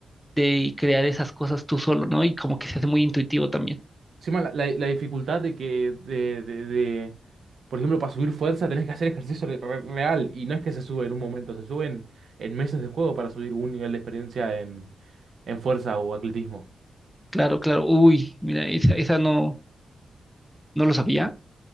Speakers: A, in the centre; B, on the right.
A: de crear esas cosas tú solo, ¿no? Y como que se hace muy intuitivo también.
B: Encima la, la- la dificultad de que, de, de, de- por ejemplo, para subir fuerza tenés que hacer ejercicio re- re- real y no es que se sube en un momento, se sube en, en meses de juego para subir un nivel de experiencia en, en fuerza o atletismo.
A: Claro, claro. Uy, mira, esa, esa no, no lo sabía.